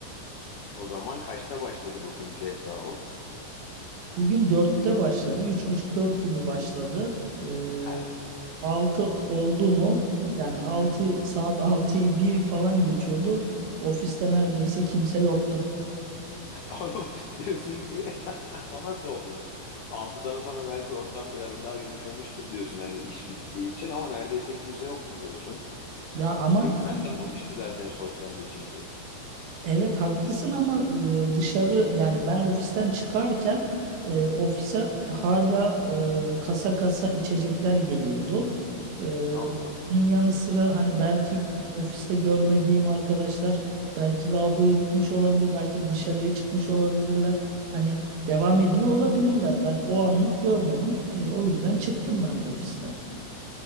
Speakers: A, on the left; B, on the right.
A: O zaman kaçta başladı bugünkü happy hour?
B: Bugün dörtte başladı. üç buçuk dört gibi başladı. E,
A: Ha,
B: 6 oldu mu? Yani 6 saat altıyı bir falan geçiyordu. Ofiste neredeyse kimse yoktu.
A: <laughs> oğlum diyorsun ki <laughs> o nasıl oluyor? Altıdan sonra belki ortam biraz daha yumuşamıştır diyorsun hani iş bittiği için ama neredeyse kimse yoktu diyorsun.
B: Ya ama
A: E insan kalmamış ki zaten sosyalleşilecek.
B: Evet haklısın ama e, dışarı yani ben ofisten çıkarken e, ofise hala e, kasa kasa içecekler geliyordu. E,
A: Allah
B: bunun yanı sıra hani belki ofiste görmediğim arkadaşlar belki lavaboya gitmiş olabilir, belki bir dışarıya çıkmış olabilirler. Hani devam ediyor olabilirler. Ben o anlık görmedim. E, o yüzden çıktım ben de ofisten.